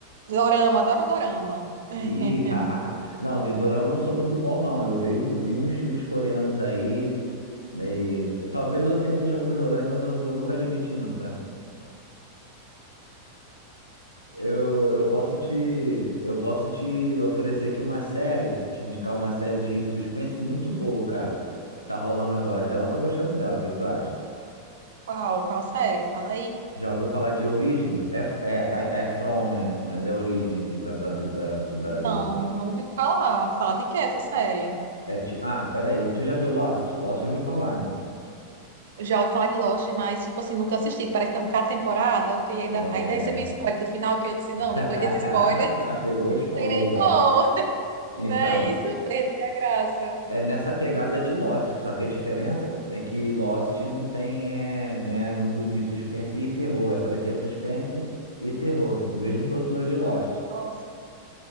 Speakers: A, on the right; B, on the left.
A: Dorama, adoro dorama. <laughs>
B: Ih, <laughs> Não, de dorama eu não sou muito bom, não. Eu vi, um- eu vi uns filmes coreanos aí. né, E... Talvez eu tenha visto alguns doramas, mas eu não vou nunca admitir, não, tá? Eu, eu posso te, eu posso te oferecer aqui uma série, te indicar uma série de suspense muito boa, cara, que tá rolando agora. Geral tá gostando dela, o que que tu acha?
A: Qual? Qual série? Fala aí.
B: Já ouviu falar de Origem? É, é, tá, é From, né? Mas é Origem aqui, para traduzido para o Brasil
A: Não,
B: aqui.
A: não ouvi falar. Fala de que essa série?
B: É tipo, ah, peraí, tu já viu Lost? Lost já ouviu falar, né?
A: Eu já ouvi falar de Lost, mas, tipo assim, nunca assisti. Parece que tem cada temporada. Eu fiquei ainda,
B: É...
A: ainda recebi spoiler do final, que eu disse,
B: <laughs>
A: não, depois desse spoiler, <laughs>
B: Já pegou o
A: não
B: spoiler
A: tem nem
B: já.
A: como. <laughs> Não
B: Então,
A: é isso? Perdi a graça.
B: É nessa pegada de Lost, só que a diferença é que Lost não tem, é, não é muito de suspense e terror. Essa daqui é suspense e terror, mesmo produtores de Lost.
A: Nossa,